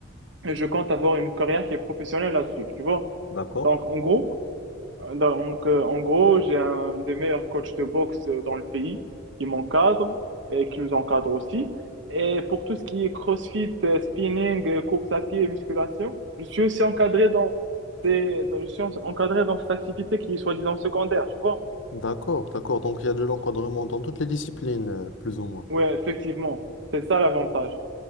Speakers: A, on the right (about 70°); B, on the left (about 75°).
A: et je compte avoir une carrière qui est professionnelle là-dessus, tu vois.
B: D'accord.
A: Donc, en gros, euh, donc, euh, en gros, j'ai un des meilleurs coachs de boxe euh, dans le pays qui m'encadre et qui nous encadre aussi. Et pour tout ce qui est CrossFit, euh, spinning, euh, course à pied et musculation, je suis aussi encadré dans, ces, dans- je suis en- encadré dans cette activité qui est soi-disant secondaire, tu vois.
B: D'accord, d'accord. Donc, il y a de l'encadrement dans toutes les disciplines, euh, plus ou moins.
A: Ouais, effectivement, c'est ça l'avantage.